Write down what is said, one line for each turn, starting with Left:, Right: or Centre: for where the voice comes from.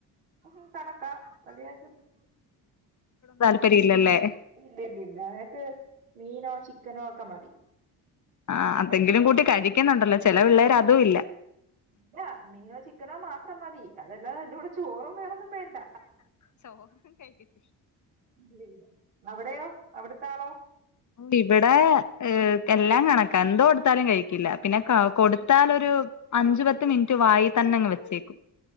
Right: ഉം കണക്കാ വല്ലിയായിറ്റൊന്നും
Left: താല്പര്യം ഇല്ലല്ലേ
Right: ഇല്ലില്ലില്ല അയാക്ക് മീനോ ചിക്കനോ ഒക്കെ മതി
Left: ആഹ് അതെങ്കിലും കൂട്ടി കഴിക്കുന്നുണ്ടല്ലോ ചില പിള്ളേർ അതും ഇല്ല
Right: അല്ലാ മീനോ ചിക്കനോ മാത്രം മതി അതെല്ലാതെ അയിൻ്റൂടെ ചോറും വേറെന്നും വേണ്ട
Left: ചോസും <unintelligible>
Right: ഇല്ലില്ല അവിടെയോ അവിടത്താളോ
Left: ഇവിടെ ഏഹ് എല്ലാം കണക്കാ എന്ത്‌ കൊടുത്താലും കഴിക്കില്ല പിന്നെ കൗ കൊടുത്താലൊരു അഞ്ചു പത്ത് മിനിറ്റ് വായി തന്നെ അങ്ങ് വെച്ചേക്കും